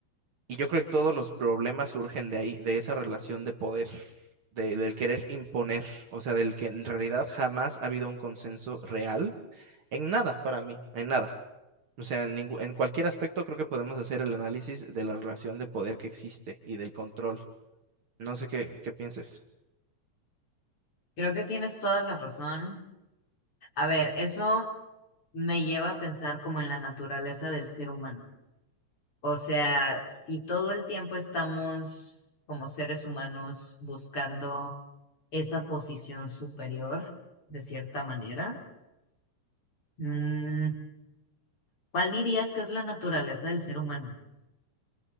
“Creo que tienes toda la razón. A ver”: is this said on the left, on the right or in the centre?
Left